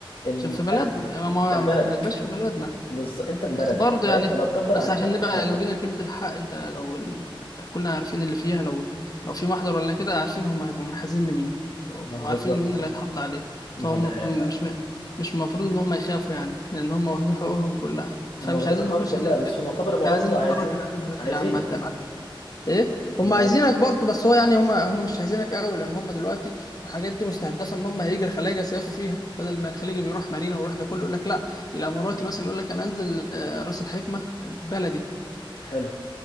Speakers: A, on the left; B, on the left.
A: ان
B: عشان في بلدنا
A: انت
B: ما
A: في بلدك
B: ما ما تبقاش في بلدنا
A: بالظبط انت في بلدك
B: بس برضه يعني
A: أيوة، فلو تكبر
B: بس
A: عليك
B: عشان
A: محدش
B: نبقى
A: هيعبرك
B: لو جينا لكلمة الحق انت لو ال... كلنا عارفين اللي فيها لو لو في محضر ولا كده عارفين هم هيبقوا منحازين لمين
A: ما
B: وعارفين
A: هو بالظبط
B: مين اللي هيتحط عليه
A: ما
B: فهم
A: هو ده حقيقة
B: مش
A: فعلا
B: مه... مش المفروض ان هم يخافوا يعني لان هم واخدين حقوقهم كلها
A: هم
B: فمش
A: واخدين
B: عايزين
A: الحقوق
B: نخش
A: كلها
B: للفك
A: بس في مقابل
B: مش
A: هم
B: عايزين
A: برضو عايزين
B: نتطرق للفكرة
A: عايزينك
B: دي عامة ايه
A: هم
B: هم عايزينك برضه بس هو يعني هم هم مش عايزينك قوي لان هم دلوقتي الحاجات دي مستهدفه ان هم هيجي الخلايجه يصيفوا فيها بدل ما الخليجي بيروح مارينا ويروح ده كله يقول لك لا الاماراتي مثلا يقول لك انا انزل آه، راس الحكمه بلدي
A: حلو